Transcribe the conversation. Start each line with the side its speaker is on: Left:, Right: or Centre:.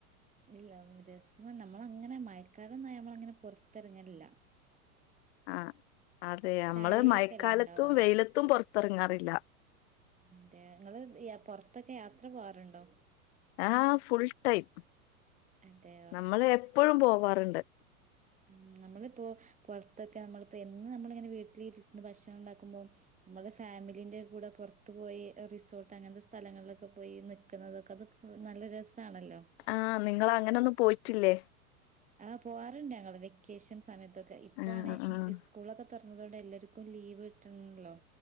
Right: ഇല്ല രസമം നമ്മളങ്ങനെ മയക്കാലംന്നായ നമ്മളങ്ങനെ പൊറത്തറങ്ങലില്ല
Left: ആഹ് അതെ നമ്മള്
Right: ചളിയൊക്കെല്ലേ
Left: മഴക്കാലത്തും
Right: ഇണ്ടാവാ
Left: വെയിലത്തും പൊറത്തറങ്ങാറില്ല
Right: അതെ നിങ്ങള് പൊറത്തൊക്കെ യാത്ര പോവാറുണ്ടോ
Left: ആ്ഹ് ഫുൾ ടൈം
Right: അതെ
Left: നമ്മള് എപ്പഴും പോവാറ്ണ്ട്
Right: ഉം നമ്മളിപ്പോ പുറത്തൊക്കെ നമ്മളിപ്പോ എന്ന് നമ്മളിങ്ങനെ വീട്ടില് ഇരുന്ന് ഭക്ഷണം ഇണ്ടാക്കുമ്പോ നമ്മള് ഫാമിലിന്റെ കൂടെ പുറത്തു പോയി റിസോർട്ട് അങ്ങനത്തെ സ്ഥലങ്ങളിലൊക്കെ പോയി നിക്കുന്നതൊക്കെ അത് നല്ല രസാണല്ലോ
Left: ആഹ് നിങ്ങളങ്ങനൊന്നും പോയിറ്റില്ലേ
Right: ആ പോവാറുണ്ട് ഞങ്ങള് വെക്കേഷൻ സമയത്തൊക്കെ ഇപ്പോ
Left: ആഹ്
Right: ആണെ
Left: ആഹ്
Right: സ്കൂളൊക്കെ തൊറന്നതോടെ എല്ലാര്ക്കും ലീവ് കിട്ട്ണല്ലോ